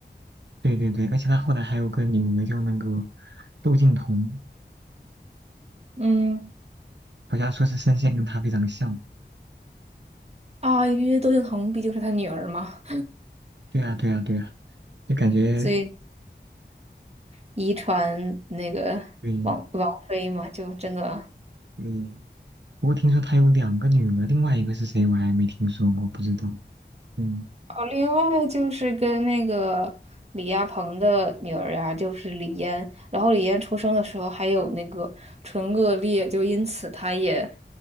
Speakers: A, on the right; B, on the right.
A: 对对对，而且他后来还有个女儿叫那个窦靖童，
B: 嗯，
A: 好像说是声线跟他非常像。
B: 啊，因为窦靖童毕竟是他女儿嘛，
A: 对啊对啊对啊，就感觉
B: 所以遗传那个王王菲嘛，
A: 对
B: 就真的。
A: 对。不过听说他有两个女儿，另外一个是谁我还没听说过，不知道。嗯
B: 哦，另外就是跟那个李亚鹏的女儿呀、就是李嫣，然后李嫣出生的时候还有那个唇腭裂，就因此她也